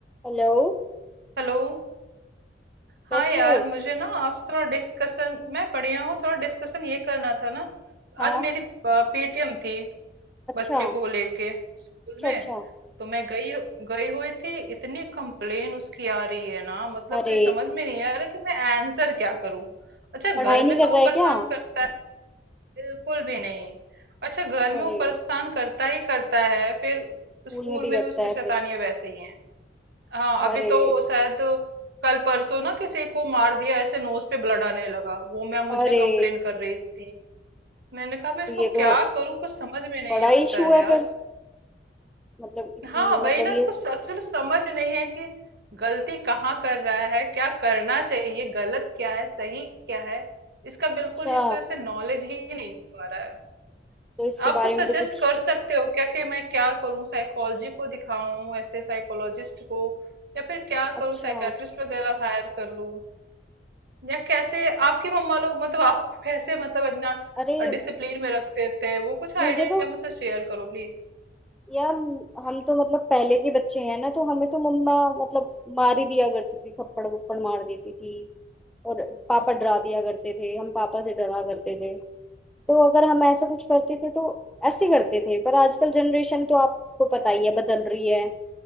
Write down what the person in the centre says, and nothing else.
हेलो
कैसे
हो
हाँ
अच्छा
अच्छा
अच्छा
अरे
पढ़ाई नहीं
कर
रहा है
क्या
अरे
स्कूल
में भी
करता
है
फिर
अरे
अरे
तो ये तो
बड़ा
इशू
है
फिर मतलब इतनी
मतलब
ये
अच्छा
तो इसके
बारे
में तो कुछ
अच्छा
अरे
मुझे
तो
यार हम तो मतलब पहले के बच्चे हैं ना तो हमें तो मम्मा मतलब मार ही दिया करती थी थप्पड़ वप्पड़ मार देती थी और पापा डरा दिया करते थे हम पापा से डरा करते थे तो अगर हम ऐसा कुछ करते थे तो ऐसे करते थे पर आजकल जनरेशन तो आपको पता ही है बदल रही है